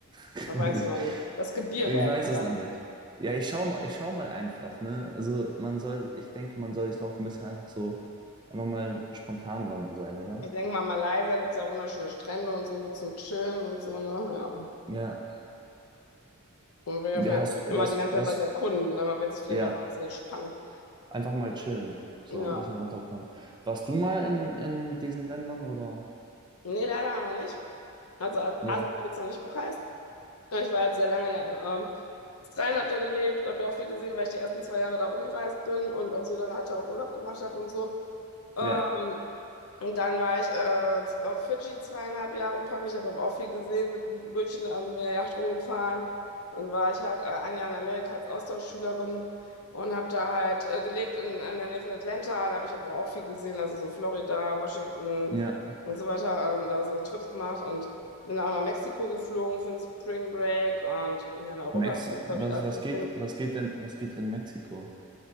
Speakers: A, on the right (about 20°); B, on the left (about 85°).
A: <laughs>
B: Das weißt du noch nicht. Das Gebirge,
A: Ich
B: ja,
A: weiß
B: klar.
A: es noch nicht. Ja, ich schau mal, ich schau mal einfach, ne? Also man soll, ich denke, man soll sich da auch ein bisschen einfach so, einfach mal spontan dann sein, oder?
B: Ich denke mal, Malaysia gibt es ja auch wunderschöne Strände und so, so zum Chillen und so, ne? Ja.
A: Ja.
B: Und will ja
A: Ja,
B: vielleicht
A: hast
B: nicht
A: was,
B: immer die ganze
A: was,
B: Zeit was erkunden, ne? Man will sich vielleicht
A: ja,
B: auch mal ein bisschen spannen.
A: einfach mal chillen. So
B: Ja.
A: ein bisschen runterkommen. Warst du mal in, in diesen Ländern oder?
B: Nee, leider noch nicht. Also A-
A: Ja,
B: Asien habe ich jetzt noch nicht bereist. Ja, Ich war jetzt sehr lange ja in ähm, Australien, habe da gelebt, habe da auch viel gesehen, weil ich die ersten zwei Jahre da rumgereist bin und auch so dann halt auch Urlaub gemacht habe und so. Ähm,
A: ja,
B: und dann war ich äh, z- auf Fidschi zweieinhalb Jahre unverpflichtet, habe aber auch viel gesehen mit dem Bötchen, also mit der Yacht rumgefahren. Dann war ich halt äh, ein Jahr in Amerika als Austauschschülerin und habe da halt äh, gelebt in, in der Nähe von Atlanta. Da habe ich aber auch viel gesehen, also so Florida, Washington
A: ja.
B: und so weiter. Ähm, da so Trips gemacht und bin auch nach Mexiko geflogen für den Spring Break und ja, in Europa,
A: Mexi was,
B: glaube ich, alles
A: was
B: gesehen.
A: geht, was geht denn, was geht in Mexiko?